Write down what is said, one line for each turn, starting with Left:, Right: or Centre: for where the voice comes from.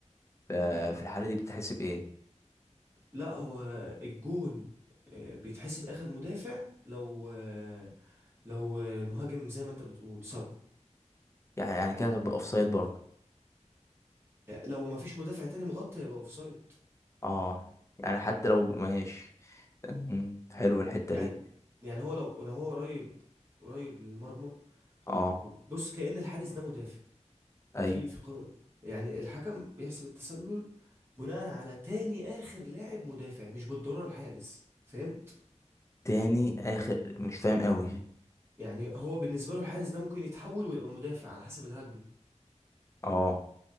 Left: ففي الحالة دي بتحسب ايه
Right: لا هو الجون آه، بيتحسب اخر مدافع لو آه، لو آه، المهاجم زي ما انت بتقول سابه
Left: يعني يعني كده هتبقى اوفسايد برضه
Right: آه، لو ما فيش مدافع تاني مغطي هيبقى اوفسايد
Left: اه يعني حتى لو ماشي مم، حلو الحتة
Right: يعني
Left: دي
Right: يعني هو لو لو هو قريب قريب للمرمى
Left: اه
Right: بص كأن الحارس ده مدافع
Left: ايوه
Right: في في قانون يعني الحكم بيحسب التسلل بناء على تاني آخر لاعب مدافع مش بالضرورة الحارس فهمت
Left: تاني اخر مش فاهم قوي
Right: يعني هو بالنسبة له الحارس ده ممكن يتحول ويبقى مدافع على حسب الهجمة
Left: اه